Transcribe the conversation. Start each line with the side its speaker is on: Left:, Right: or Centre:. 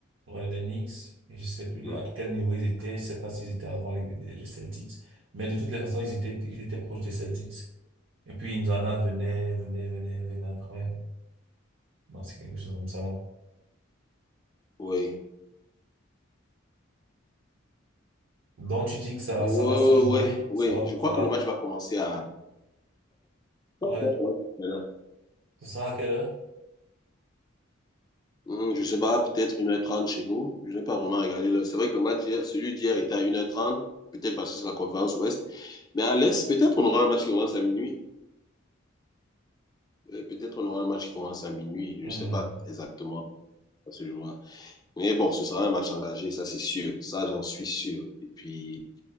Right: ouais, les Knicks, et je sais plus
Left: Mhm.
Right: à quel niveau ils étaient, je sais pas s'ils étaient avant les, les, les Celtics. Mais de toutes les façons, ils étaient, ils étaient proches des Celtics. Et puis, Indiana venait, venait, venait, venait après. Non, c'est quelque chose comme ça.
Left: Oui.
Right: Donc, tu dis que ça,
Left: Oui,
Right: ça va se jouer,
Left: oui, oui.
Right: ça va,
Left: Je crois
Right: ça va,
Left: que le match va commencer à. Ouais,
Right: ouais.
Left: ouais, ouais. Voilà.
Right: Ce sera à quelle heure?
Left: Hum, je sais pas, peut-être 1h30 chez nous. Je n'ai pas vraiment regardé. le- C'est vrai que le match hier, celui d'hier était à 1h30, peut-être parce que c'est la conférence Ouest. Mais à l'Est, peut-être on aura un match qui commence à minuit. Euh, Peut-être on aura un match qui commence à minuit. Je
Right: Mhm.
Left: ne sais pas exactement à ce jour-là. Mais bon, ce sera un match engagé, ça c'est sûr. Ça, j'en suis sûr. Et puis,